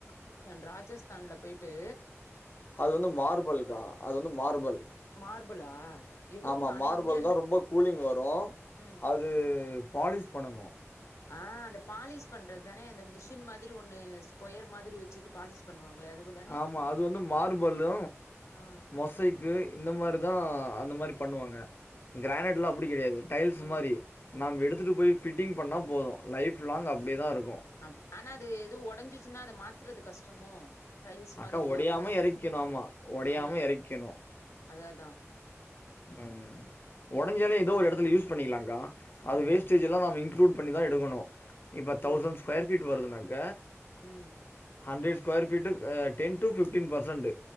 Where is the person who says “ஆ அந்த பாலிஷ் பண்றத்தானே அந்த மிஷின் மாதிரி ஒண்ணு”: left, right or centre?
Left